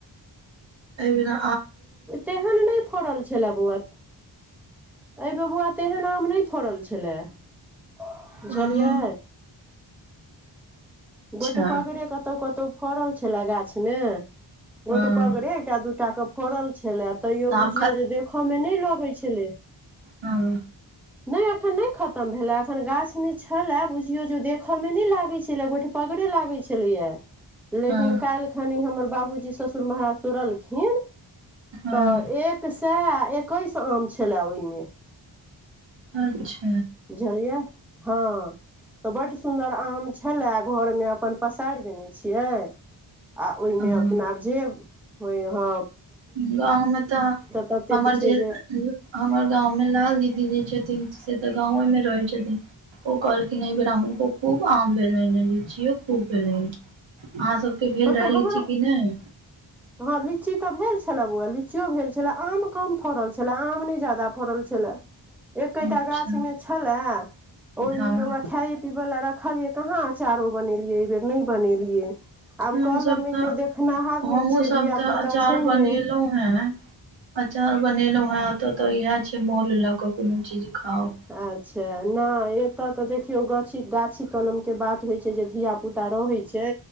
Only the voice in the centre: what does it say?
तहन नहि फड़ल छलेल बौआ अय बेर बौआ तहन आम नै फड़ल छला बुझलियै
गोटे पगड़े कतहु कतहु फड़ल छलए गाछमे गोटे
पगड़े एकटा दूट के फड़ल छलै तैयो
बुझियौ जे देखय मे नय लगै छलै
नय अखन नय खतम भेले एखन गाछ ने छलए बुझियो जे देखे मे न लागे छल गो पगड़े लागै छलैया लेकिन
काल्हिखनि हमर बाबूजी ससुर महाराज तोड़लखिन
तऽ एक सए एकैस आम छलय ओहिमे
बुझलियै हँ तऽ बड्ड सुन्दर आम छलए घरमे अपन पसारि देने छियै आ ओहिमे
अपना आब जे होइ ह
ततेक
छै
हँ तऽ
हमरा
हँ लीची तऽ भेल छले बौआ लीचियो भेल छले आम कम फरल छलै छलै आम नय जदा फड़ल छलै एकेटा
गाछ में छलए ओहि
मे व खाय पीबे ल रखल कहाँ अचारो बनेलियै एहि बेर नय बनेलियै आब
कलमे
केओ देखनाहार
नय छै
धियापुता
छै
नय
अच्छा नय एतऽ तऽ देखियौ गा गाछी कलमके बात होइ छै जे धियापुता रहै छै